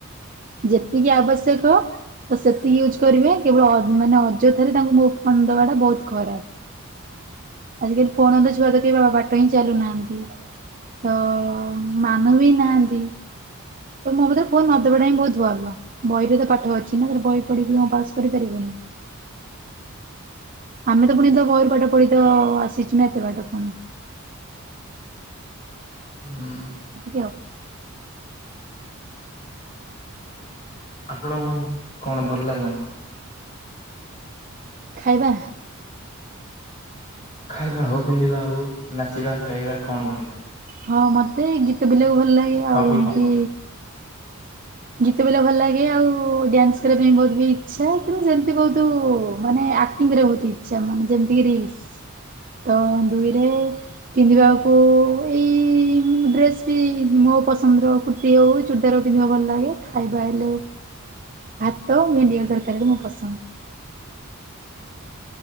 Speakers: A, on the right (about 40°); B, on the left (about 35°).
A: ଯେତିକି ଆବଶ୍ୟକ ତ ସେତିକି ୟୁଜ୍ କରିବେ। କେବଳ ଅ-ମାନେ ଅଯଥାରେ ତାଙ୍କୁ ମୋ ଉ-ଫୋନ୍ ଦବାଟା ବହୁତ୍ ଖରାପ୍। ଆଜିକାଲି ଫୋନ୍ ତ ଛୁଆ <unintelligible> ବାଟ ହିଁ ଚାଲୁନାହାନ୍ତି। ତ ମାନୁ ବି ନାହାନ୍ତି। ତ ମୋ ମତରେ ଫୋନ୍ ନ ଦବାଟା ହିଁ ବହୁତ୍ ଭଲ ବହିରେ ତ ପାଠ ଅଛି ନା ବହି ପଢି କଣ ପାସ୍ କରିପାରିବେନି।
B: ହୁ
A: ଆମେ ତ ପୁଣି ତ ବହି ପାଠ ପଢି ତ ଆସିଚୁ ନା ଏତେ ବାଟ ପୁଣି।
B: <unintelligible>
A: <inaudible>
B: ଆପଣଙ୍କୁ କଣ ଭଲ ଲାଗିବ?
A: ଖାଇବା?
B: ଖାଇବା ହଉ ପିନ୍ଧିବା ହଉ ନାଚିବା ଗାଇବା କଣ ଭଲ ଲାଗେ?
A: ହଁ ମତେ ଗୀତ ବୋଲିବାକୁ ଭଲ ଲାଗେ
B: ହବି
A: ଆଉ ଏମିତି
B: କଣ
A: ଗୀତ ବୋଲିବାକୁ ଭଲ ଲାଗେ ଆଉ ଡ୍ୟାନ୍ସ୍ କରିବା ପାଇଁ ବହୁତ ବି ଇଚ୍ଛା କିନ୍ତୁ ସେମିତି ବହୁତୁ ମାନେ ଆ କ୍ଟିଙ୍ଗ୍ କରିବା ପାଇଁ ବହୁତ୍ ଇଚ୍ଛା ମାନେ ଯେମିତି ରିଲ୍ସ୍ ତ ଦୁଇରେ ପିନ୍ଧିବାକୁ ଏଇ ଡ୍ରେସ୍ <unintelligible> ମୋ ପସନ୍ଦର କୁର୍ତ୍ତୀ ହଉ ଚୁଡିଦାର୍ ପିନ୍ଧିବା ଭଲ ଲାଗେ ଖାଇବା ହେଲେ ଭାତ ଭେଣ୍ଡି ଆଳୁ ତରକାରୀ ବି ମୋ ପସନ୍ଦ୍।